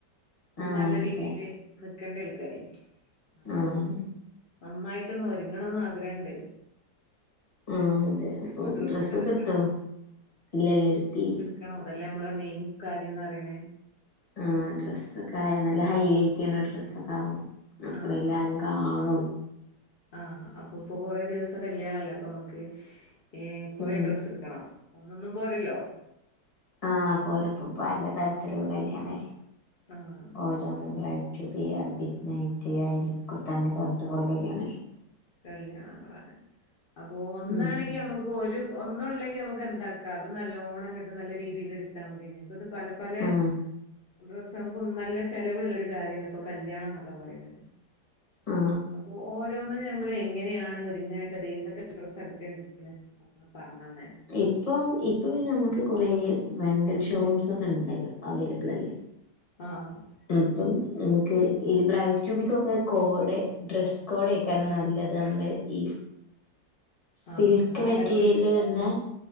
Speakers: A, on the left (about 30°); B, on the left (about 70°).
A: ആഹ്
B: നല്ല രീതില്
A: അതെ
B: നിക്കണ്ടെയാൾക്കാര് അപ്പൊ
A: ആഹ്
B: നന്നായിട്ടൊന്നൊരുങ്ങണംന്നാഗ്രണ്ട്
A: ആഹ് അതെ അപ്പൊ
B: ഡ്രസ്സ്
A: ഡ്രസ്സൊക്കെട്ത്തോ
B: എടുക്കണം
A: ഇല്ലല്ല എടുത്തി
B: ക്കണം അതല്ലേമ്മളെ മെയിൻ കാര്യംന്നറിയ്ണേ
A: ആ ഡ്രസ്സൊക്കായ നല്ല ഹൈലൈറ്റ്യ്യ്ണ ഡ്രസ്സൊക്കാവണം അപ്പഴെല്ലാവാരും
B: ആഹ്
A: കാണൊള്ളൂ
B: ആഹ് അപ്പൊപ്പൊ കൊറേ ദിവസ്ത്തെ കല്യാണല്ലപ്പൊമ്മക്ക് ഏ കൊറേ
A: ഉം
B: ഡ്രസ്സ്ട്ക്കണം ഒന്നൊന്നും പോരല്ലോ
A: ആഹ പോര പല തരത്തിലുള്ള കല്യാണല്ലേ
B: ആഹ്
A: ഓരോന്നപ്രായി
B: അപ്പൊ
A: ചുബി അർബിക് നൈറ്റ് യാരി അരിക്കുത്ത് അങ്ങനൊക്കെ വഞ്ഞിട്ട് കുറെേ കാര്യാണല്ലേ
B: കല്യാണങ്ങളാണ് അപ്പൊ ഒന്നാണെങ്കിൽ
A: ഉം
B: നമുക്ക് ഇപ്പ ഒരു ഒന്നുള്ളെങ്കിൽ നമുക്ക് എന്താക്കാം അത് നല്ലോണ്ണം കിട്ട് നല്ല രീതിയിൽ എടുത്താൽ മതി ഇപ്പത് പലെ പലെ
A: ആ
B: ഡ്രസ്സ് നമ്മക്കും നല്ല ചെലവുള്ളൊരു കാര്യാണ് ഇപ്പൊ കല്യാണംന്നൊക്കെ പറയ്ണത്
A: ആ
B: അപ്പൊ ഓരോന്നിനും നമ്മൾ എങ്ങനെയാണ് ഒരുങ്ങേണ്ടത് എന്തൊക്കെ ഡ്രസ്സ് എടുക്കേണ്ടന്ന് ഒന്ന് പർഞ്ഞെന്നേ
A: ഇപ്പം ഇപ്പ പിന്നെ നമ്മക്ക് കൊറെ റെന്റൽ ഷോറൂംസൊക്കെ ണ്ടല്ലോ അവൈലബിളല്ലേ
B: ആഹ്
A: അപ്പം നമുക്ക് ഈ ബ്രൈ ടു ബിക്കൊക്കെ കോടെ ഡ്രസ്സ് കോഡേക്കാരം നല്ലത് നമ്മളെ ഈ
B: ആഹ്
A: സിൽക്ക്
B: വാടകക്ക്
A: മെറ്റീരിയല് വെര്ണെ